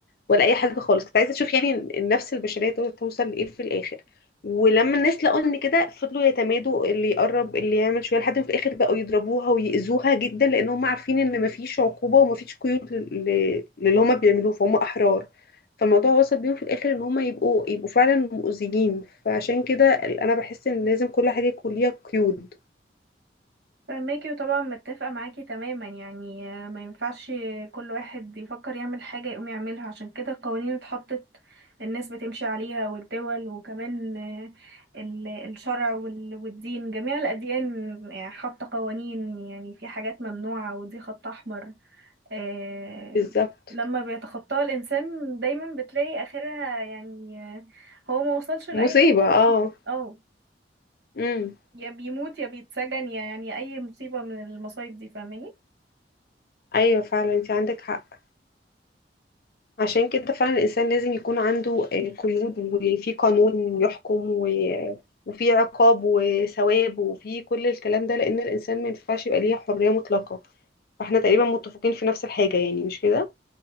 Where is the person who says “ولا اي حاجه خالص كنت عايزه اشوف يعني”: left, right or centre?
Left